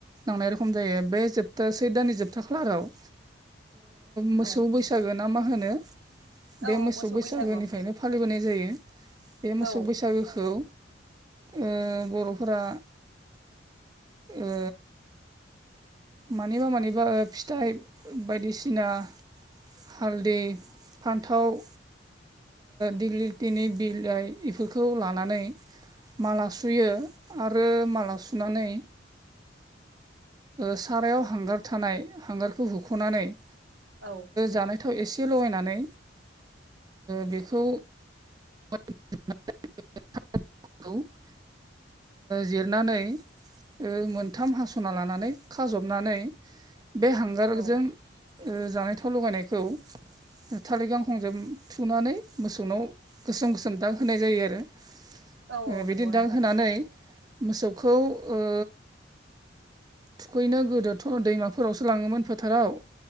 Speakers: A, on the right; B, on the right.
A: नांनाय रखम जायो बे जोबथा सेैत दाननि जोबथा खालाराव मोसौ
B: औ
A: बैसागो ना मा होनो बे
B: औ
A: मोसौ बैसागोनिफ्रायनो
B: बैसागु
A: फालिबोनाय जायो बे मोसौ
B: औ
A: बैसागोखौ ओ बर'फोरा ओ मानिबा मानिबा फिथाइ बायदिसिना हालदै फान्थाव दिग्लि लिथिनि बिलाइ बेफोरखौ लानानै माला सुयो आरो माला सुनानै सारायाव हांगार थानाय हांगारखौ हुख'नानै
B: औ
A: जानाय थाव एसे लगायनानै बेखौ <unintelligible> <unintelligible> जिरनानै मोनथाम हास'ना लानानै खाजबनानै बे हांगारजों
B: औ
A: जानाय थाव लगायनायखौ थालिर गांखंजों थुनानै मोसौनाव गोसोम गोसोम दाग होनाय जायो आरो
B: औ नंगौ
A: बिदिनो
B: नोंथां
A: दाग होनानै मोसौखौ ओ थुखैनो गोदोथ' दैमाफोरावसो लाङोमोन फोथाराव